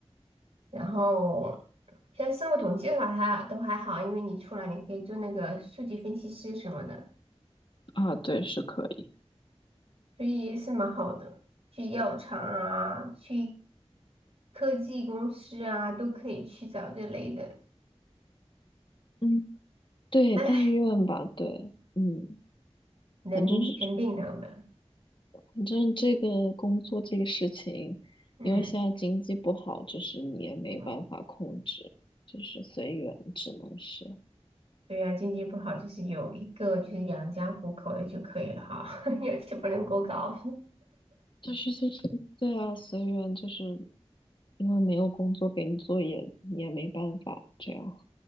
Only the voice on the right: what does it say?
然后像生物统计的话，它都还好，因为你出来你可以做那个数据分析师什么的，
所以是蛮好的。去药厂啊，去科技公司啊，都可以去找这类的。
唉，
能肯定能的。
嗯
嗯，
对呀、经济不好就是有一个就是养家糊口的就可以了哈，<laughs> 要求不能过高。